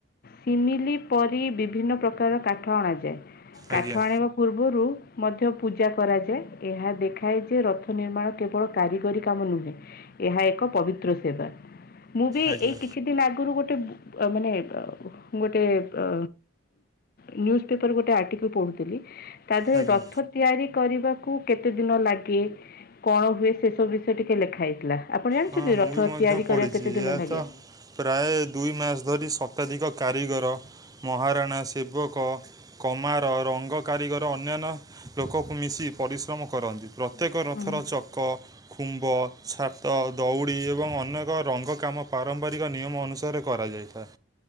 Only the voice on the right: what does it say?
ଆଜ୍ଞା
ଆଜ୍ଞା
ଆଜ୍ଞା
ହଁ ମୁଁ
ବି ମଧ୍ୟ
ପଢ଼ିଛି
ଏହା
ତ ପ୍ରାୟ ଦୁଇ ମାସ ଧରି ଶତାଧିକ କାରିଗର, ମହାରାଣା, ସେବକ କମାର, ରଙ୍ଗ କାରିଗର ଅନ୍ୟାନ୍ୟ ଲୋକକୁ ମିଶି ପରିଶ୍ରମ କରନ୍ତି ପ୍ର ପ୍ରତ୍ୟେକ
ରଥର ଚକ ଖୁମ୍ବ ଛା ତ ଦଉଡ଼ି ଏବଂ ଅନେକ ରଙ୍ଗ କାମ ପାରମ୍ପରିକ ନିୟମ ଅନୁସାରେ କରାଯାଇଥାଏ।